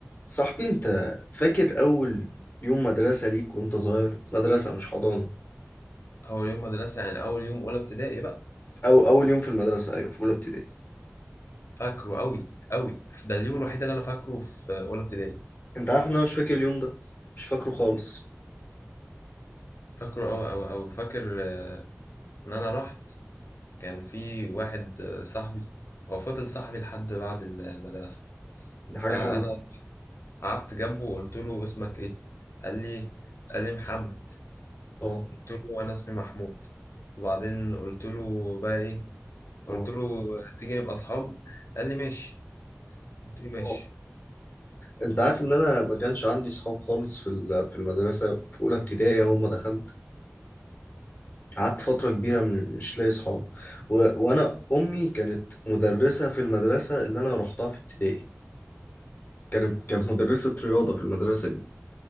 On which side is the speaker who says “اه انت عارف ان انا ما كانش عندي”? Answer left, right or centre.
Left